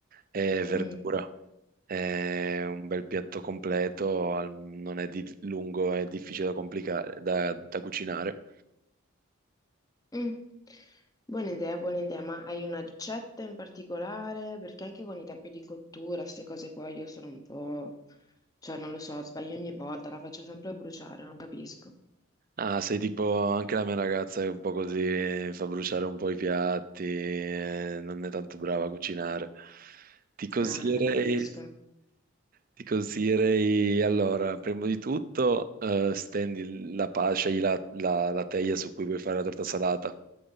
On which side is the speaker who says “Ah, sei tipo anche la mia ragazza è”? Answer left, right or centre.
Right